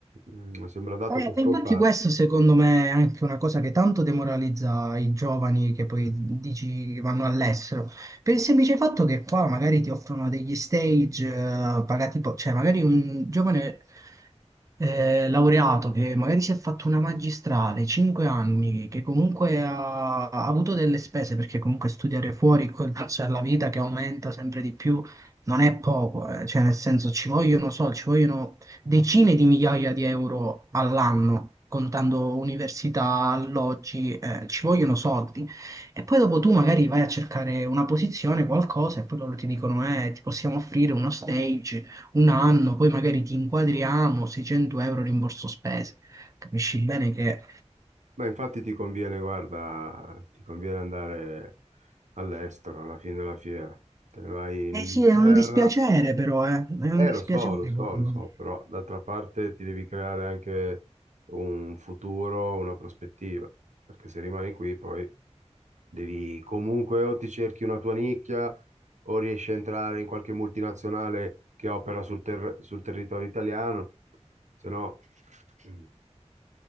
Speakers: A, on the right (about 85°); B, on the right (about 30°).
A: Mm, sembra dato
B: Eh,
A: per scontato.
B: infatti questo secondo me è anche una cosa che tanto demoralizza i giovani che poi dici che vanno all'estero, per il semplice fatto che qua magari ti offrono degli stage eh, pagati, po- cioè magari un giovane eh, laureato che magari si è fatto una magistrale, 5 anni, che comunque ha, ha avuto delle spese perché comunque studiare fuori <laughs> col prezzo della vita che aumenta sempre di più non è poco, eh, Cioè nel senso ci vogliono soldi, ci vogliono decine di migliaia di euro all'anno, contando università, alloggi, eh, ci vogliono soldi. E poi dopo tu magari vai a cercare una posizione, qualcosa, e poi loro ti dicono, eh, ti possiamo offrire uno stage, un anno, poi magari ti inquadriamo, 600 euro rimborso spese. Capisci bene che...
A: Ma infatti ti conviene, guarda, ti conviene andare all'estero alla fine della fiera. Te ne vai in
B: Eh
A: Inghilterra.
B: sì, è un dispiacere però, eh, è
A: Eh,
B: un dispiacere
A: lo so, lo so,
B: comunque.
A: lo so, però d'altra parte ti devi creare anche un futuro, una prospettiva, perché se rimani qui poi devi comunque o ti cerchi una tua nicchia o riesci a entrare in qualche multinazionale che opera sul, ter- sul territorio italiano, se no... mm,